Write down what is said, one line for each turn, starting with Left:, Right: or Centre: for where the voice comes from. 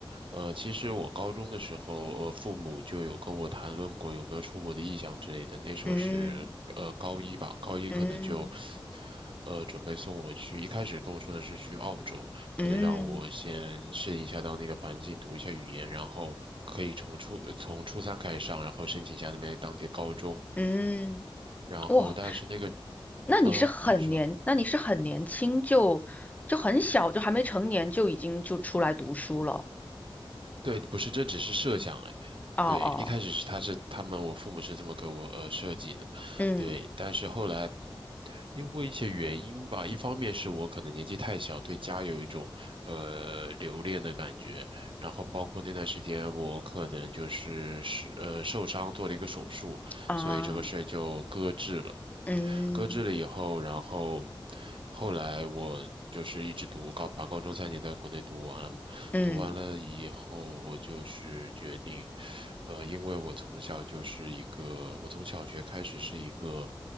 Right: 呃，其实我高中的时候，呃，父母就有跟我谈论过有没有出国的意向之类的，那时候是呃高一吧，
Left: 嗯
Right: 高一可能就，
Left: 嗯
Right: 呃，准备送我去，一开始跟我说的是去澳洲。
Left: 嗯
Right: 可能让我先适应一下当地的环境，读一下语言，然后可以从初呃从初三开始上，然后申请一下那边当地的高中，
Left: 嗯，
Right: 然后但是那个
Left: 哇！那你是很年，
Right: 呃，你说。
Left: 那你是很年轻就就很小，就还没成年就已经就出来读书了。
Right: 对，不是，这只是设想哎。
Left: 哦哦，
Right: 对，一开始是他是他们，我父母是这么给我呃设计的，
Left: 嗯
Right: 对。但是后来因为一些原因吧，一方面是我可能年纪太小，对家有一种呃留恋的感觉，然后包括那段时间我可能就是是呃受伤做了一个手术，
Left: 啊，
Right: 所以这个事儿就搁置了。
Left: 嗯
Right: 搁置了以后，然后后来我就是一直读高，把高中三年在国内读完，了读完了以后，
Left: 嗯，
Right: 我就是决定，呃，因为我从小就是一个，我从小学开始是一个，